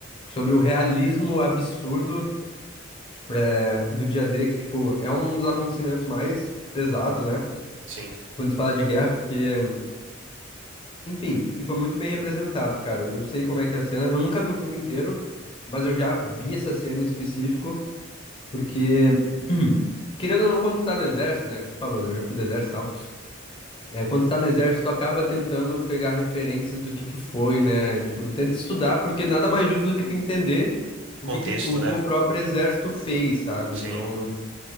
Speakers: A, on the left (about 25°); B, on the right (about 65°).
A: sobre o realismo absurdo é, do dia D, que, tipo, é um dos acontecimentos mais pesados, né?
B: Sim.
A: Quando se fala de guerra, porque, enfim, e foi muito bem representado, cara. Eu sei como é que é a cena, eu nunca vi o filme inteiro, mas eu já vi essa cena em específico. Porque, <clears throat> querendo ou não, quando tu tá no exército, né? Tu falou, né? Eu já fui do exército e tal. É, quando tu tá no exército, tu acaba tentando pegar referências do que que foi, né? Tipo, tu tenta estudar, porque nada mais justo do que tu entender
B: Contexto,
A: o que que o
B: né?
A: teu próprio exército fez, sabe?
B: Sim.
A: Então,